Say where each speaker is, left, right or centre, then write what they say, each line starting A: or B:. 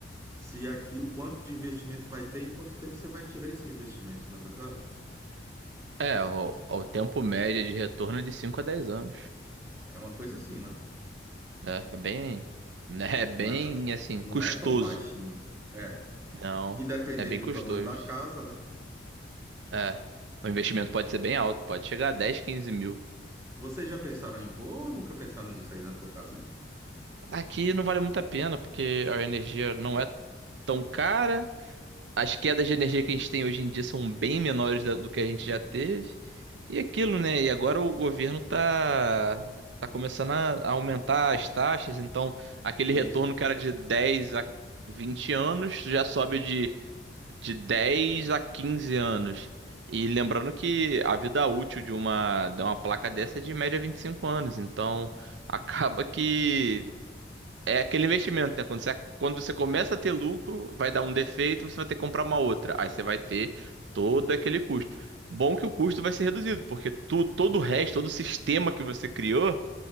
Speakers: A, on the right; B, on the right.
A: se aquilo, quanto de investimento vai ter, em quanto tempo você vai tirar esse investimento, na verdade.
B: É, o, o tempo médio de retorno é de 5 a 10 anos.
A: É uma coisa assim, né?
B: né? É bem, né? É bem
A: Não é, ta-
B: assim,
A: não
B: custoso.
A: é tão baixinho. É.
B: Não,
A: E dependendo
B: é bem custoso.
A: do tamanho da casa, né?
B: É. O investimento pode ser bem alto, pode chegar a 10 15 mil.
A: Vocês já pensaram em pôr ou nunca pensaram nisso aí na tua casa?
B: Aqui não vale muito a pena, porque a energia não é tão cara. As quedas de energia que a gente tem hoje em dia são bem menores da- do que a gente já teve. E aquilo, né? E agora o governo tá, tá começando a a aumentar as taxas, então aquele
A: Isso.
B: retorno que era de dez a vinte anos já sobe de 10 a 15 anos. E lembrando que a vida útil de uma, de uma placa dessa é de média 25 anos. Então, <laughs> acaba que é aquele investimento, né? Quando você, quando você começa a ter lucro, vai dar um defeito, você vai ter que comprar uma outra. Aí você vai ter todo aquele custo. Bom que o custo vai ser reduzido, porque tu, todo o resto, todo o sistema que você criou